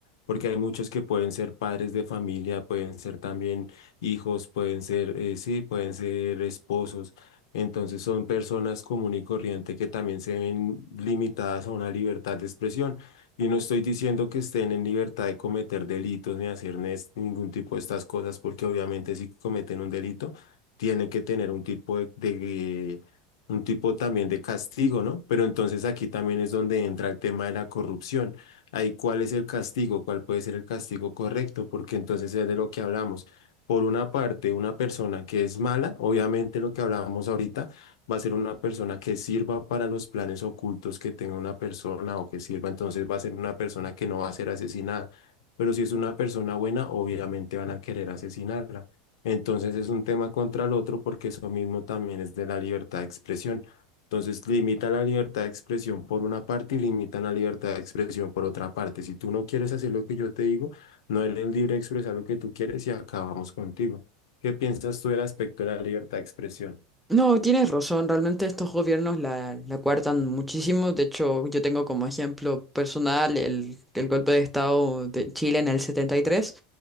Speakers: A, on the left; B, in the centre.
A: Porque hay muchos que pueden ser padres de familia, pueden ser también hijos, pueden ser, eh, sí, pueden ser esposos. Entonces son personas común y corriente que también se ven limitadas a una libertad de expresión. Y no estoy diciendo que estén en libertad de cometer delitos ni hacer nes- ningún tipo de estas cosas, porque obviamente si cometen un delito, tienen que tener un tipo de, de- un tipo también de castigo, ¿no? Pero entonces aquí también es donde entra el tema de la corrupción. Ahí, ¿cuál es el castigo? ¿Cuál puede ser el castigo correcto? Porque entonces es de lo que hablamos por una parte, una persona que es mala, obviamente lo que hablábamos ahorita, va a ser una persona que sirva para los planes ocultos que tenga una persona o que sirva, entonces va a ser una persona que no va a ser asesinada. Pero si es una persona buena, obviamente van a querer asesinarla. Entonces es un tema contra el otro porque eso mismo también es de la libertad de expresión. Entonces limita la libertad de expresión por una parte y limitan la libertad de expresión por otra parte. Si tú no quieres hacer lo que yo te digo, no eres libre de expresar lo que tú quieres y acabamos contigo. ¿Qué piensas tú del aspecto de la libertad de expresión?
B: No, tienes razón, realmente estos gobiernos la, la coartan muchísimo. De hecho, yo tengo como ejemplo personal el, el golpe de Estado de Chile en el 73.